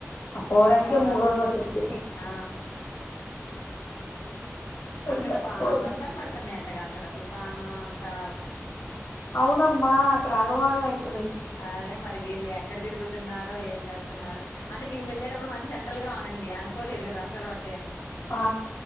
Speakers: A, on the left (about 60°); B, on the left (about 80°).
A: పోవడానికే
B: ఇంకా వారం
A: మూడు రోజులు పట్టుద్ది
B: ఆ అక్కడ
A: ఇంకా
B: బా
A: పోనీ
B: వర్షాలు పడుతున్నాయంటగా ఇక్కడ తుఫాను అంతా
A: అవునమ్మా ఆగమాగం అయితే
B: అదే మరి వీళ్ళు ఎక్కడ తిరుగుతున్నారో ఏం చెప్తున్నారో అంటే వీళ్ళెళ ఇప్పుడు మంచి అండల్గా ఉనింది అనుకోలేదు కద వర్ష పడుతంది
A: ఆ